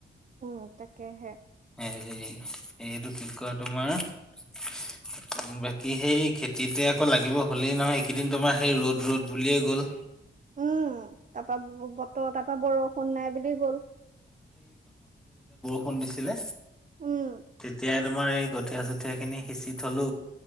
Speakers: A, on the right; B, in the centre.
A: ম তাকেহে
B: হেৰি এইটো কি কয় তোমাৰ বাকী সেই খেতিতে আকৌ লাগিব হ'লেই নহয় এইকেইদিন তোমাৰ সেই ৰ'দ ৰ'দ বুলিয়ে গ'ল।
A: উম তাৰপা বতৰ তাৰ পৰা বৰষুণ নাই বুলি গ'ল।
B: ফোন দিছিলে
A: উম
B: তেতিয়াই তোমাৰ এই কঠীয়া চঠীয়া খিনি সিঁচি থ'লো।